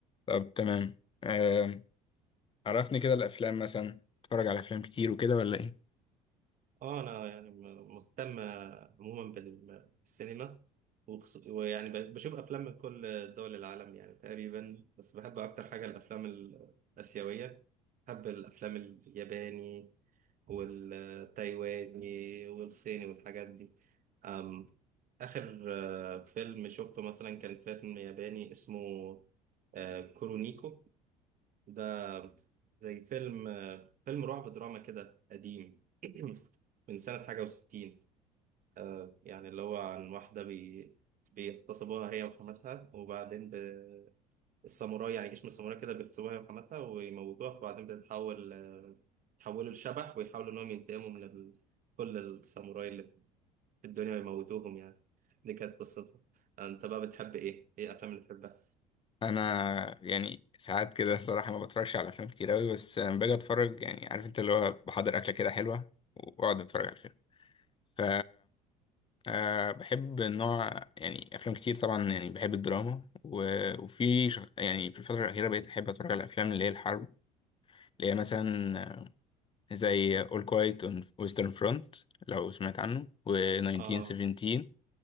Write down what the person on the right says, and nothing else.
اه انا يعني م- مهتم عموما بال- بالسينما وخص- ويعني ب- بشوف افلام من كل دول العالم يعني تقريبا بس بحب اكتر حاجه الافلام الاسيويه بحب الافلام الياباني والتايواني والصيني والحاجات دي أم اخر آه، فيلم شفته مثلا كان فيلم ياباني اسمه آه، كورونيكو ده زي فيلم آه، فيلم رعب دراما كده قديم <clears throat> من سنة حاجة وستين آه، يعني اللي هو عن واحدة بي... بيغتصبوها هي وحماتها وبعدين ب... الساموراي يعني جيش من الساموراي كده بيغتصبوها هي وحماتها ويموتوها فبعدين بتتحول آه، يتحولوا لشبح ويحاولوا إنهم ينتقموا من ال... كل الساموراي اللي في الدنيا ويموتوهم يعني دي كانت قصته أنت بقى بتحب إيه؟ إيه الأفلام اللي بتحبها؟
آه